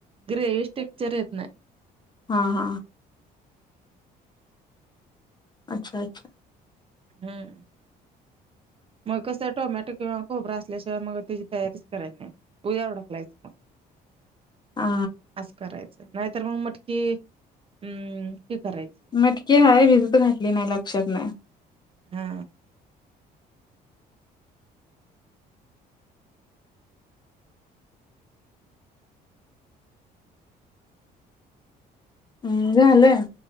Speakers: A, on the right (about 35°); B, on the left (about 25°).
A: ग्रेविस्ेक्चर येत नाही
B: हा हा अच्छा अच्ा
A: हम्म मग कसं टोमॅटो किंवा खोबरा असल्याशिवाय मग त्याची तयारीच कराय नाही उद्या डकलायचं मग
B: ह
A: असं करायचं नाहीतर मग म्हट कि अम् हे करायच
B: मटकी हाय भिजत घातली नाही लक्षात नाही
A: हा
B: हम्म झालं